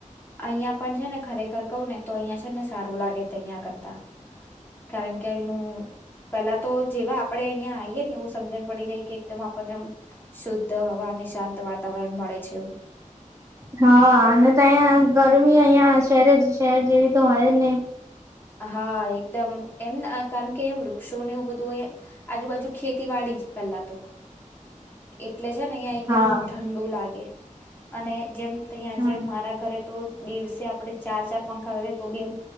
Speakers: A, on the left; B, on the right.
A: અહિ પણ છે ને ખરેખર કહવ ને તો અહિયાં છે ને સારું લાગે અહંયા કરતા, કારણ કે એનું પેલા તો જેવા આપડે અહંયા આવીયએ ને એવું સમજણ પડી જાય કે એકદમ આપણને શુદ્ધ હવા અને શાંત વાતાવરણ મળે છે એવું.
B: હા અને તો અયા ગરમી અહીં શહેર શહેર જેવી તો હોય નહીં.
A: હા એકદમ એમ કારણ કે અહી વૃક્ષોને બધું, અ આજુબાજુ ખેતીવાડી જ પેલા તો. એટલે છે ને અહિયાં એકદમ
B: હા
A: ઠંડુ લાગે. અને જેમ તં
B: હા
A: જે મારા ઘરે તો દિવસે આપડે ચાર ચાર પંખા કરીએ તો બી એમ